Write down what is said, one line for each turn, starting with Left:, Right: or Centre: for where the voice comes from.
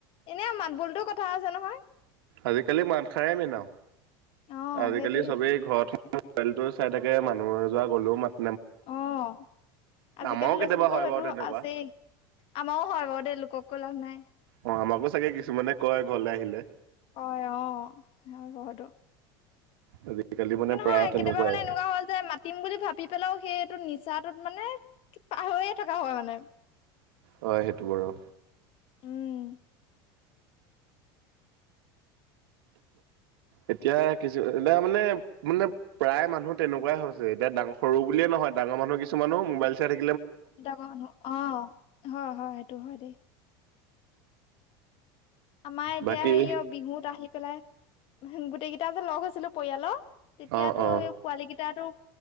Left: এনেই মাত বোলতো কথা আছে নহয়।
Right: আজিকালি মাতসাৰে মধও
Left: অ
Right: আজিকালি
Left: সেইটোয়ে
Right: চবেই ঘৰত টো চাই থাকে মানুহৰ যোৱা গ'লও ম
Left: আহ আজিকালি
Right: আমাৰো কেতিয়াবা
Left: ল'ৰা-ছোৱালীবোৰ
Right: হয়
Left: সেইটো
Right: বাৰু তেনেকুৱা।
Left: আছেই। আমাৰও হয় বাৰু দেই লোককো লাভ নাই।
Right: অ আমাকো চাগে কিছুমানে কয় ঘৰলৈ আহিলে
Left: হয় অ স বহু
Right: আজিকালি মানে
Left: নহয়
Right: প্ৰায় তেনেকুৱাই
Left: কেতিয়াবা মানে এনেকুৱা হল যে, মাতিম বুলি ভাবি পেলাইও সেইটো নিচাটোত মানে পাহৰিয়ে থকা হয় মানে
Right: হয় সেইটো বাৰু।
Left: উম
Right: এতিয়া কিছু এতিয়া মানে মানে প্ৰায় মানুহ তেনেকুৱাই হৈছে এতিয়া ডাঙৰ সৰু বুলিয়ে নহয় ডাঙৰ মানুহৰ কিছুমান মোবাইল চাই থা
Left: ডাঙৰ মানুহ অ হয় হয় সেইটো হয় দেই। আমাৰ এতিয়া
Right: বাকী
Left: হেৰি অ বিহুত আহি পেলাই গোটেই কেইটা যে লগ হৈছিলো পৰিয়ালৰ তেতিয়াতো
Right: অ অ
Left: সেই পোৱালি কেইটাতো